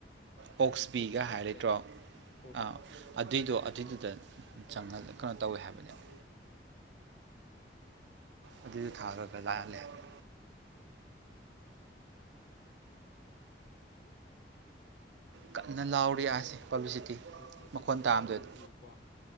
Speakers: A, on the right; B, on the left.
A: ꯄꯣꯛꯁꯕꯤꯒ
B: ꯍꯣꯏ ꯑꯣꯀꯦ ꯑꯦꯁ
A: ꯍꯥꯏꯔꯠꯇ꯭ꯔꯣ
B: ꯕꯤ ꯑꯥꯏ ꯍꯣꯏ ꯍꯣꯏ
A: ꯑꯥ
B: ꯍꯣꯏ
A: ꯑꯗꯨꯏꯗꯣ ꯤꯗꯨꯗ ꯆꯉ ꯀꯩꯅꯣ ꯇꯧꯋꯦ ꯍꯥꯏꯕꯅꯦꯕ ꯑꯗꯨꯗ ꯊꯥꯔꯒ ꯂꯥꯛꯍꯜꯂꯦꯃꯦ ꯀꯟꯅ ꯂꯥꯎꯔꯤ ꯑꯁꯦ ꯄꯕ꯭ꯂꯤꯁꯤꯇꯤ
B: ꯅꯠꯇꯦ ꯑꯗꯣ
A: ꯃꯈꯣꯟ
B: ꯑꯩꯅ
A: ꯇꯥꯝꯗꯗꯤ
B: ꯍꯥꯏꯅꯤꯡꯉꯤꯁꯤꯅꯀꯣ